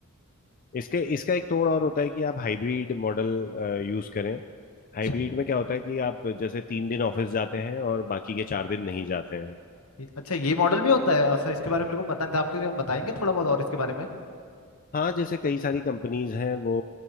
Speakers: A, on the left; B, on the left.
A: इसके इसका एक तोड़ और होता है कि आप हाइब्रिड मॉडल यूज करें
B: अच्छा
A: हाइब्रिड में क्या होता है कि आप जैसे तीन दिन ऑफिस जाते हैं और बाकी के चार दिन नहीं जाते हैं
B: ये- अच्छा ये मॉडल भी होता है ऐसा इसके बारे में मेरे को पता नहीं था आपके बताएंगे थोड़ा बहुत और इसके बारे में
A: हाँ जैसे कई सारी कंपनीज हैं वो